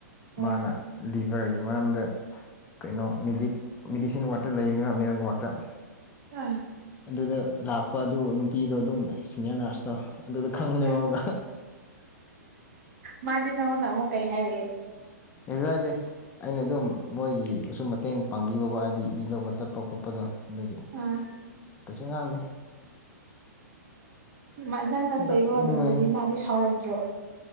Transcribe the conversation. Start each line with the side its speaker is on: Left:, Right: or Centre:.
Right: ꯍꯣꯏ
Left: ꯃꯥꯅ ꯂꯤꯞ ꯐꯤꯚꯔꯒꯤ ꯃꯔꯝꯗ ꯀꯩꯅꯣ ꯃꯦꯗꯤ ꯃꯦꯗꯤꯁꯤꯟ ꯋꯥꯔꯗꯇ ꯂꯩꯕꯅꯦꯕ ꯃꯦꯜ ꯋꯥꯔꯗꯇ
Right: ꯑꯥ
Left: ꯑꯗꯨꯗ ꯂꯥꯛꯄ ꯑꯗꯨ ꯅꯨꯄꯤꯗꯣ ꯑꯗꯨ ꯁꯤꯅꯤꯌꯔ ꯅꯔꯁ ꯇꯣ ꯑꯗꯨꯗ ꯈꯪꯕꯅꯦꯕ
Right: ꯑꯥ
Left: ꯑꯃꯨꯛꯀ
Right: ꯃꯥꯗꯤ ꯅꯪꯉꯣꯟꯗ ꯑꯃꯨꯛ ꯀꯩ ꯍꯥꯏꯔꯛꯏ
Left: ꯍꯦꯛꯂꯗꯤ ꯑꯩꯅ ꯑꯗꯨꯝ ꯃꯣꯏꯒꯤ ꯁꯨꯨꯝ ꯃꯇꯦꯡ ꯄꯥꯡꯕꯤꯕꯀꯣ ꯍꯥꯏꯗꯤ ꯏ ꯂꯧꯕ ꯆꯠꯄ ꯈꯣꯠꯄꯗꯣ ꯑꯗꯨꯒꯤ
Right: ꯑꯥ
Left: ꯀꯩꯁꯨ ꯉꯥꯡꯗꯦ
Right: ꯅꯪꯅ
Left: ꯅꯣꯛꯅꯤꯡꯉꯦ
Right: ꯆꯩꯕ ꯃꯇꯝꯗꯗꯤ ꯃꯥꯗꯤ ꯁꯥꯎꯔꯛꯇ꯭ꯔꯣ